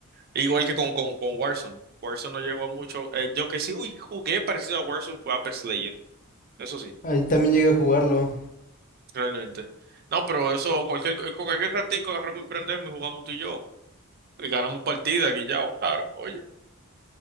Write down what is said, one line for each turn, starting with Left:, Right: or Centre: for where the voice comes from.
Right: igual que con, con, con Warzone. Warzone no llegó a mucho. eh, yo que sí uy, jugué parecido a Warzone fue Apex Legends, eso sí,
Left: ahí también llegué a jugarlo.
Right: realmente. No, pero eso, cualquier, eh, con cualquier ratico agarramos y prendemos y jugamos tú y yo, Y ganamos partidas, guillao, claro, oye.